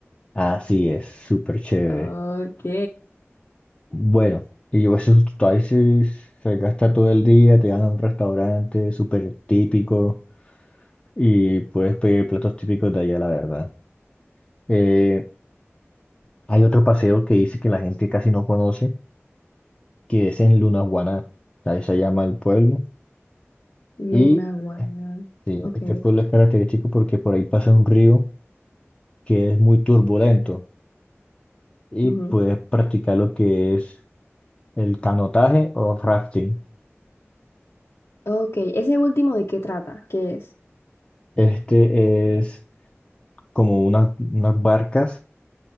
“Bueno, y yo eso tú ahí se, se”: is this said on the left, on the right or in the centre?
Left